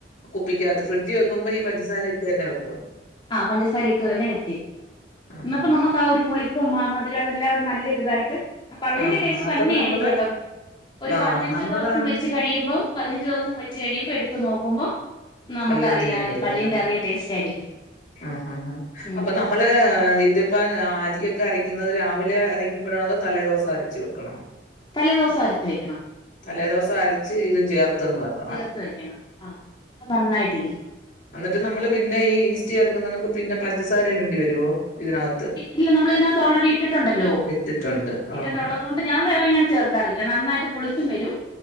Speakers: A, on the left; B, on the left.
A: കുപ്പിക്കാത്ത് ഫ്രിഡ്ജ് വെക്കുമ്പോ ഈ പഞ്ചസാരയിട്ട് തന്നെ വെക്കും.
B: ആ പഞ്ചസാരഇട്ട് തന്നെ വെച്ചേ
A: ആഹ്
B: ന്നപ്പ നമ്മക്കാ ഊ ഒരു പുളിപ്പും ആ മധുരം എല്ലാം നല്ലെരുതായിട്ട്. കള്ളിന്റെ
A: ആഹ്
B: ടേസ്റ്റ്
A: ആഹ് അപ്പൊ
B: തന്നെ
A: നമ്മള്
B: ആയിരിക്കുട്ടോ, ഒരു
A: ആഹ്
B: പതിനഞ്ച്
A: നമ്മളന്ന്
B: ദിവസം വെച്ച് കഴിയുമ്പം. പതിനഞ്ച് ദിവസം വെച്ച് കഴിയുമ്പോൾ എടുത്ത് നോക്കുമ്പോൾ നമുക്കറിയാം,
A: കള്ളിന്റെ ഇത് വരും
B: കള്ളിന്റെ
A: അല്ല
B: അതേ ടേസ്റ്റ് ആയിരിക്കും.
A: ആഹ് ഹാ ഹാ
B: ഉം
A: അപ്പൊ നമ്മള് ഇത്. ഡ അരിയൊക്കെ അരയ്ക്കുന്നത് രാവിലെ അരയ്ക്കുമ്പോഴാണേ, അതോ തലേദൂസം അരച്ച് വെക്കണോ?
B: തലേ ദൂസം, അരച്ച് വെക്കെണം.
A: തലേദിവസം അരച്ച് ഇതും ചേർത്തെന്ന് വെക്ക
B: ചേർത്ത് വെക്കെണം ആഹ് ന്നാ നന്നായിട്ടിരി.
A: എന്നിട്ട് നമ്മള് പിന്നെ ഈ ഈസ്റ്റ് ചേർക്കുന്നെന്നക് പിന്നെ പഞ്ചസാര ഇടേണ്ടി വരേ ഇതിനാത്ത്.
B: ഇല്ല നമ്മള് ഇതിനാത്ത് ഓൾറെഡി ഇട്ടിട്ടുണ്ടല്ലോ.
A: ഇട്ടിട്ടുണ്ട്
B: ഇട്ടിട്ടുള്ളത്
A: ആഹ്
B: കൊണ്ട് ഞാം വേറെ എങ്ങനെ ചേർക്കാറില്ല. നന്നായിട്ട് പളിച്ചും വരും.